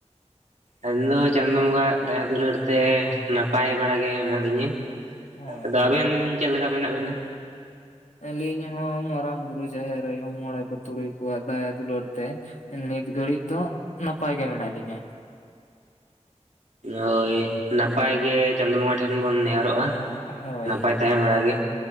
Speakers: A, on the right; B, on the left.
A: ᱟᱹᱧ ᱫᱚ ᱪᱟᱸᱫᱚ ᱵᱚᱸᱜᱟ ᱣᱟᱜ ᱫᱟᱭᱟ ᱫᱩᱞᱟᱹᱲ ᱛᱮ ᱱᱟᱯᱟᱭ ᱵᱟᱲᱟ ᱜᱮ ᱢᱮᱱᱟᱜ ᱞᱤᱧᱟ᱾
B: ᱦᱮᱸ
A: ᱟᱫᱚ ᱟᱵᱮᱱ ᱪᱮᱫ ᱞᱮᱠᱟ ᱢᱮᱱᱟᱜ ᱵᱤᱱᱟ᱾
B: ᱟᱹᱞᱤᱧ ᱦᱚᱸ ᱢᱟᱨᱟᱝ ᱵᱩᱨᱩ ᱡᱟᱦᱮᱨ ᱟᱭᱚ ᱢᱚᱬᱮ ᱠᱚ ᱛᱩᱲᱩᱭ ᱠᱚᱣᱟᱜ ᱫᱟᱭᱟ ᱫᱩᱞᱟᱹᱲ ᱛᱮ ᱱᱤᱛ ᱜᱷᱟᱹᱲᱤᱡ ᱫᱚ ᱱᱟᱯᱟᱭ ᱜᱮ ᱢᱮᱱᱟᱜ ᱞᱤᱧᱟᱹ᱾
A: ᱦᱳᱭ ᱱᱟᱯᱟᱭ ᱜᱮ ᱪᱟᱸᱫᱚ ᱵᱚᱸᱜᱟ ᱴᱷᱮᱱ ᱵᱚᱱ ᱱᱮᱦᱚᱨᱚᱜᱼᱟ᱾
B: ᱦᱳᱭ
A: ᱱᱟᱯᱟᱭ ᱛᱟᱦᱮᱸ ᱵᱟᱲᱟ ᱜᱮ